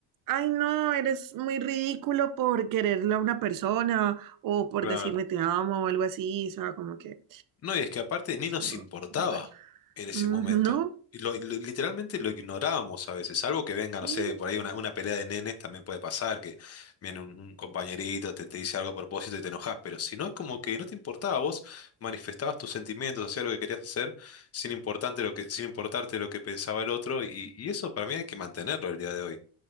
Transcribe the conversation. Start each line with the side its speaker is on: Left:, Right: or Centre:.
Right: ay no, eres muy ridículo por quererle a una persona o por
Left: claro.
Right: decirle te amo o algo así, o sea, como que
Left: No, y es que aparte ni
Right: es
Left: nos
Right: algo
Left: importaba
Right: total.
Left: en ese
Right: Mm,
Left: momento.
Right: No,
Left: Y lo- lo- literalmente lo ignorábamos a veces, salvo que venga,
Right: sí,
Left: no sé, por ahí una, una pelea de nenes también puede pasar, que viene un, un compañerito, te, te dice algo a propósito y te enojas, pero si no es como que no te importaba, vos manifestabas tus sentimientos, hacías lo que querías hacer, sin importante lo que, sin importarte lo que pensaba el otro, y, y eso para mí hay que mantenerlo el día de hoy.